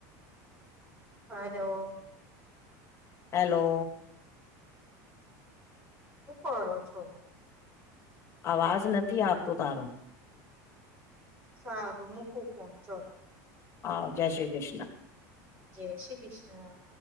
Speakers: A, on the right (about 25°); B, on the left (about 30°).
A: Hello
B: hello.
A: શુ કરો છો?
B: અવાજ નથી આવતું તારો.
A: સારું મૂકું ફન ચાલ.
B: હા જય શ્રી કૃષ્ણ.
A: જય શ્રી કૃષ્ણ.